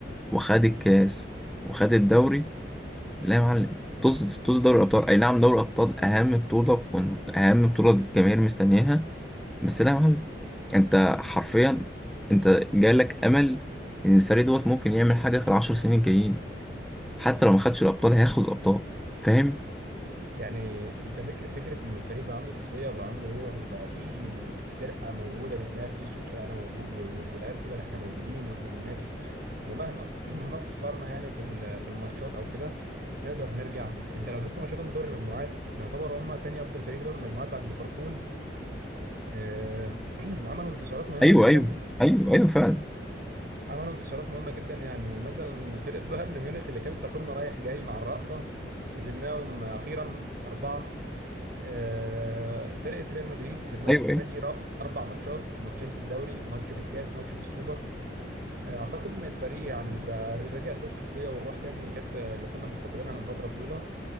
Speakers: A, in the centre; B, on the right.
A: وخد الكاس وخد الدوري لا يا معلم طز طز دوري الابطال اي نعم دوري الابطال اهم بطوله وكن- اهم بطوله الجماهير مستنياها بس لا يا معلم انت حرفيا انت جالك امل ان الفريق دوت ممكن يعمل حاجه في العشر سنين الجايين حتى لو ما خدش الابطال هياخد الابطال فاهم
B: يعني انت فك... فكره ان الفريق بقى عنده شخصيه وبقى عنده روح وبقى في فرقه موجوده بتنافس وبتقول انا موجود واللاعب بتقول انا احنا موجودين واحنا بننافس ومهما <clears throat> مهما اتاخرنا يعني في ال- في الماتشات او كده نقدر نرجع انت لو شفت ماتشاتهم في دوري المجموعات يعتبر هم تاني افضل فريق في دوري المجموعات بعد ليفربول آه، <clears throat> عملوا انتصارات مهمه
A: ايوه
B: جدا
A: ايوه ايوه ايوه فعلا
B: عملوا انتصارات مهمه جدا يعني مثلا فرقه بايرن ميونخ اللي كانت بتاخدنا رايح جاي مع الرأفه كسبناهم اخيرا اربعه آه، فرقه ريال مدريد كسبناها
A: ايوه
B: السنه
A: ايوه
B: دي را- اربع ماتشات ماتشين في الدوري ماتش في الكاس ماتش في السوبر آه، اعتقد ان الفريق يعني بقى رجعت له الشخصيه والروح تاني اللي كانت آه، اللي كنا مفتقدينها من فتره طويله